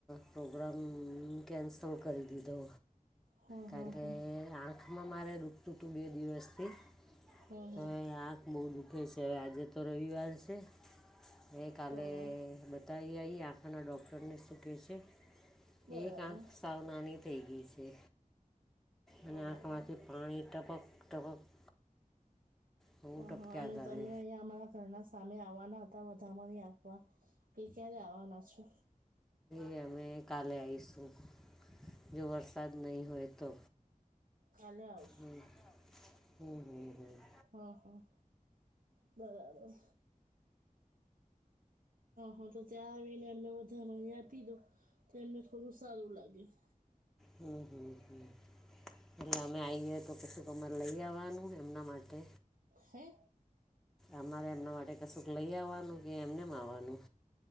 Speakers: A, in the centre; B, on the right.
A: પ્રોગ્રામ કેન્સલ કરી દીધો
B: હા
A: કારણ
B: હા
A: કે
B: હા
A: આંખમાં મારે દુખતું તું બે દિવસથી
B: હા
A: તો આંખ બહુ દુઃખે છે હવે આજે તો રવિવાર છે હવે કાલે
B: હા
A: બ બતાઈ આઈએ આંખના ડોક્ટરને શું કે છે
B: બરાબર
A: એક આંખ નાની થઈ ગઈ છે. અને
B: બરાબર
A: આંખમાંથી પાણી ટપક ટપક બહુ
B: હહ
A: ટપક્યા
B: અને તમે
A: કરે
B: અહીયાં આમાં ઘરના સામે આવવાના હતા વધામણી આપવા એ ક્યારે આવવાના છો
A: એ અમે કાલે આઈશું જો વરસાદ નહીં હોય તો
B: કાલે આવું
A: હું, હું, હું, હું
B: હા હા, બરાબર. હહાતો ત્યાં આવીને અમને વધામાં આપીદો. તો એમને થોડું સારું લાગે છે.
A: હું હું હું, તમને મેં આઈ તો કશું કમારે લઈ આવવાનું એમના માટે?
B: હે?
A: અમારે એમના માટે કશુંક લઈ આવવાનું કે એમનેમ આવવાનું?